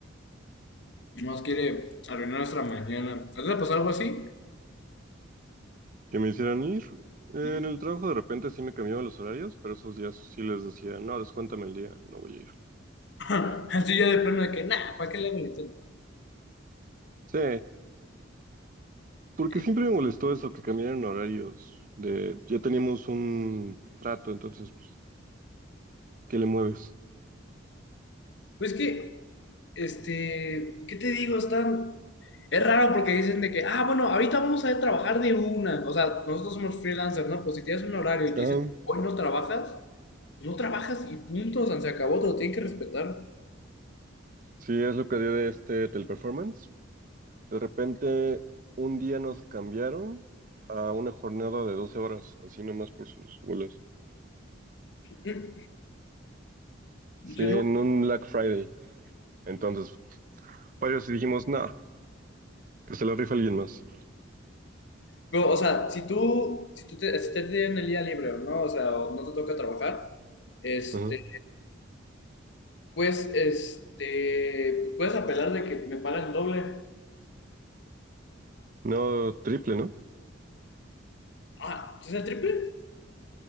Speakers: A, on the left (about 60°); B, on the right (about 45°).
A: no nos quiere arruinar nuestra mañana. ¿A ti te pasó algo así?
B: Que me hicieran ir. Eh,
A: Ujú.
B: en el trabajo de repente sí me cambiaban los horarios, pero esos días sí les decía, no, descuéntame el día, no voy a ir.
A: <laughs> Así ya de plano de que, nah, ¿para qué le hago el intento?
B: Sí, porque
A: Bien.
B: siempre me molestó eso, que cambiaran horarios. De, ya teníamos un trato, entonces, pues, ¿qué le mueves?
A: Pues que, este, ¿qué te digo? Están... Es raro porque dicen de que, ah, bueno, ahorita vamos a trabajar de una. O sea, nosotros somos freelancers, ¿no? Pues si tienes un horario y te
B: Ah,
A: dicen, hoy no trabajas, pues no trabajas y punto, o sea, se acabó, te lo tienen que respetar.
B: sí, es lo que dio de este teleperformance. De repente, un día nos cambiaron a una jornada de 12 horas, así nomás por sus bolas.
A: Mm, Yo
B: Sí, en
A: no,
B: un Black Friday. Entonces, varios y dijimos, no, que se lo rifa alguien más.
A: Pero, o sea, si tú, si tú te, si te tienen el día libre, ¿no? O sea, o no te toca trabajar, este,
B: Ajá.
A: pues, este, puedes apelar de que me pagan el doble.
B: No, triple, ¿no?
A: Ah, ¿sí ¿es el triple?